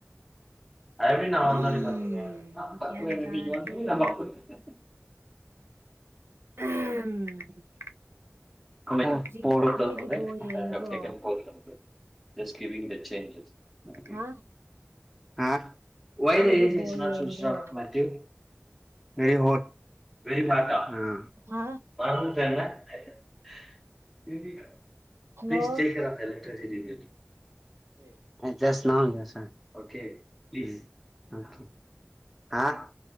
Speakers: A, in the centre; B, on the right (about 65°).
A: <unintelligible>
B: ꯎꯝ ꯒ꯭ꯌꯥꯟ ꯇꯥꯗ꯭ꯔꯦꯗ <unintelligible>
A: <unintelligible>
B: ꯍꯧꯖꯤꯛ ꯅꯣꯏꯗꯤ ꯕꯣꯜ ꯌꯦꯡꯗ꯭ꯔꯣ
A: <unintelligible>
B: ꯍꯥ
A: <unintelligible>
B: ꯅꯣꯏꯗꯤ ꯕꯣꯜ ꯌꯦꯡꯗ꯭ꯔꯣ
A: <unintelligible>
B: ꯍꯥ
A: <unintelligible> <unintelligible>
B: ꯍꯜꯂꯣ ꯑꯦ
A: <unintelligible>